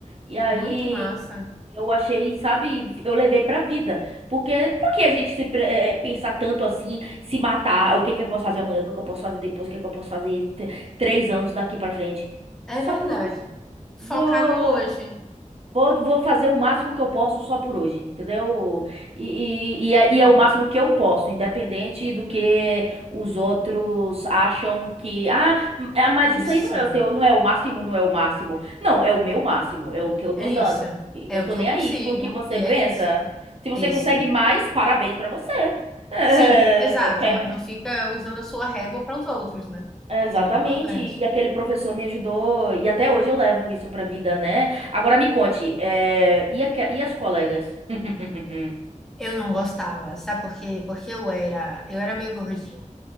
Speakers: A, on the right (about 50°); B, in the centre.
A: E aí
B: Muito massa.
A: eu achei, sabe, eu levei pra vida. Porque por que a gente se pre- eh, pensar tanto assim, se matar, o que que eu posso fazer amanhã, o que que eu posso fazer depois, o que que eu posso fazer t- três anos daqui pra frente?
B: É
A: Só
B: verdade.
A: por hoje.
B: Focar
A: Vou
B: no hoje.
A: Vou, vou fazer o máximo que eu posso só por hoje, entendeu? E, e, e é,
B: Por
A: e
B: hoje.
A: é o máximo que eu posso, independente do que os outros acham que. Ah, m- é, mas
B: Isso,
A: isso aí não é o seu, não é o máximo, não é o máximo. Não, é o meu máximo, é o que eu tô
B: é isso.
A: dando. E
B: É
A: eu
B: o
A: tô
B: que
A: nem
B: eu consigo,
A: aí com o que você
B: e
A: pensa.
B: é isso,
A: Se você
B: é isso.
A: consegue mais, parabéns pra você. <laughs> É,
B: Sim, exato,
A: quer-
B: mas não fica usando a sua régua para os outros, né?
A: é, Exatamente,
B: Isso é muito importante.
A: e aquele professor me ajudou, e até hoje eu levo isso pra vida, né? Agora me conte, é, e, aque- e as colegas? <laughs>
B: Eu não gostava, sabe por quê? Porque eu era, eu era meio gordinha,